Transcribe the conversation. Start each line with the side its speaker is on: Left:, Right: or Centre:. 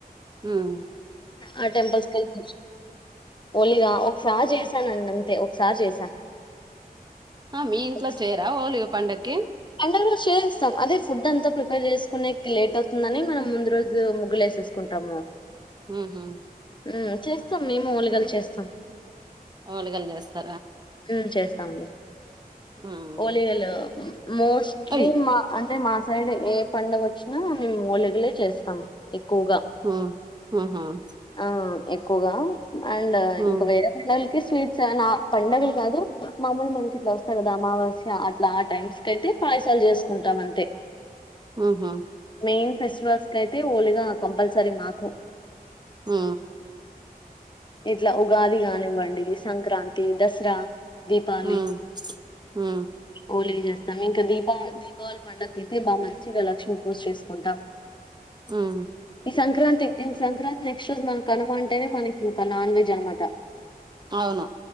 Right: ఉం
Left: ఆ టెంపల్స్ కు <unintelligible> ఓన్లీ ఇగ ఒకసారి చేసానండి అంతే ఒకసారి చేసా
Right: మీ ఇంట్లో
Left: ఆ <unintelligible>
Right: చేయరా ఓలిగ పండక్కి
Left: అండ చేస్తాం అదే ఫుడ్ అంతా ప్రిపేర్ చేసుకునేకి లేట్ అవుతుందని మనం ముందు రోజు ముగ్గులేస్తాం తీసుకుంటాము
Right: హు హామ్
Left: ఉం చేస్తాం మేము వాళ్ళు కలిసి చేస్తాం
Right: అళగాలి వస్తా <unintelligible>
Left: ఉం చేస్తాం
Right: ఉమ్
Left: ఒలిగాలు మోస్ట్లీ
Right: అయ్
Left: మా అంటే మా సైడ్ ఏ పండగ వచ్చినా మేము ఓలిగలే చేస్తాం ఎక్కువగా
Right: ఉం హు హామ్
Left: ఆ ఎక్కువగా అండ్ ఇంకా
Right: ఉమ్
Left: వేరే పండగలకి స్వీట్స్ నా పండగలు కాదు మామూలు మనకి ఇట్లా వస్తాయి కదా అమావాస్య అట్లా ఆ టైమ్స్ కైతే పాయసాలు చేసుకుంటాం అంతే
Right: అహా
Left: మెయిన్ ఫెస్టివల్స్ కేయితే హోలీగా కంపల్సరీ మాకు
Right: ఉ
Left: ఇట్ల ఉగాది గానివ్వండి సంక్రాంతి దసరా దీపాళి
Right: ఉ ఉ
Left: ఓలీ చేస్తాం ఇంకా దీపాళి దీపావళి పండగైయితే బాగా మంచిగా లక్ష్మి పూజ చేసుకుంటాం
Right: ఉహు
Left: ఈ సంక్రాంతి ఇన్ సంక్రాంతి నెక్స్ట్ రోజు మన కనుమ అంటేనే మనకి ఇంకా నాన్ వెజ్ అనమాట
Right: అవును